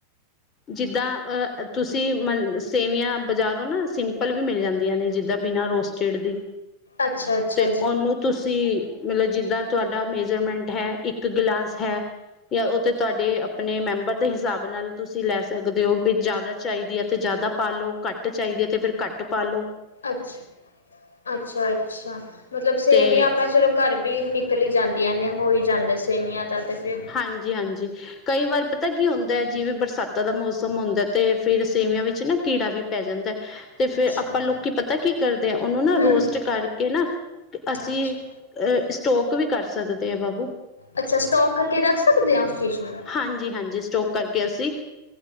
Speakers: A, on the left; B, on the left.
A: ਜਿੱਦਾਂ ਤੁਸੀਂ ਮ ਸੇਵੀਆ ਬਜ਼ਾਰੋ ਨਾ ਸਿੰਪਲ ਵੀ ਮਿਲ ਜਾਂਦੀਆ ਨੇ ਜਿੱਦਾ ਬਿਨਾ ਰੋਸਟ ਚਿੜਦੀ
B: ਅੱਛਾ-ਅੱਛਾ
A: ਤੇ
B: ਜੀ
A: ਉਹਨੂੰ ਤੁਸੀਂ ਮਤਲਬ ਜਿੱਦਾਂ ਤੁਹਾਡਾ ਮੇਜਰਮੈਂਟ ਹੈ ਇੱਕ ਗਿਲਾਸ ਹੈ ਜਾਂ ਉਹ ਤਾਂ ਤੁਹਾਡੇ ਆਪਣੇ ਮੈਂਬਰ ਦੇ ਹਿਸਾਬ ਨਾਲ ਤੁਸੀਂ ਲੈ ਸਕਦੇ ਹੋ ਵੀ ਜਾਦਾ ਚਾਹੀਦੀ ਹੈ ਤੇ ਜਾਦਾ ਪਾ ਲੋ ਘੱਟ ਚਾਹੀਦੀ ਹੈ ਤੇ ਫਿਰ ਘੱਟ ਪਾ ਲੋ।
B: ਅੱਛ ਅੱਛਾ-ਅੱਛਾ ਮਤਲਬ ਸੇਵੀਆ
A: ਤੇ
B: ਆਪਾ ਚਲੋ ਘਰ ਵੀ ਨਿਕਲ ਜਾਂਦੀਆ ਨੇ ਹੋ ਹੀ ਜਾਂਦਾ ਸੇਵੀਆ ਦਾ ਤਾਂ ਫੇਰ।
A: ਹਾਂਜੀ-ਹਾਂਜੀ ਕਈ ਵਾਰ ਪਤਾ ਕੀ ਹੁੰਦਾ ਹੈ ਜਿਵੇਂ ਬਰਸਾਤਾਂ ਦਾ ਮੌਸਮ ਹੁੰਦਾ ਤੇ ਫੇਰ ਸੇਵੀਆ ਵਿੱਚ ਨਾ ਕੀੜਾ ਵੀ ਪੈ ਜਾਂਦਾ। ਤੇ
B: ਅੱਛਾ
A: ਫੇਰ ਆਪਾਂ ਲੋਕੀ ਪਤਾ ਕੀ ਕਰਦੇ ਆ ਉਹਨੂੰ ਨਾ
B: ਹੂੰ
A: ਰੋਸਟ ਕਰਕੇ ਨਾ ਅਸੀਂ
B: ਅੱਛਾ।
A: ਅ ਸਟੋਕ ਵੀ ਕਰ ਸਕਦੇ ਆ ਬਾਬੂ।
B: ਅੱਛਾ ਸਟੋਕ ਕਰਕੇ ਰੱਖ ਸਕਦੇ ਆਂ ਉਸ ਚੀਜ਼ ਨੂੰ?
A: ਹਾਂਜੀ, ਹਾਂਜੀ ਸਟੋਕ ਕਰਕੇ ਅਸੀਂ